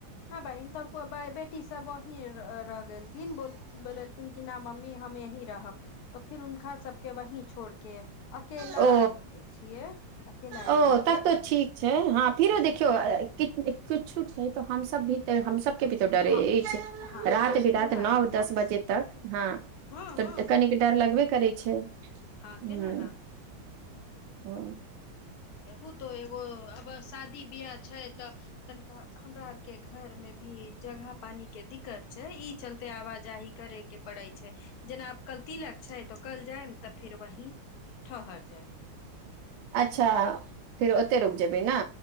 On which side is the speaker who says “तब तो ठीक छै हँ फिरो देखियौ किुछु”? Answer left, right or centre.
Right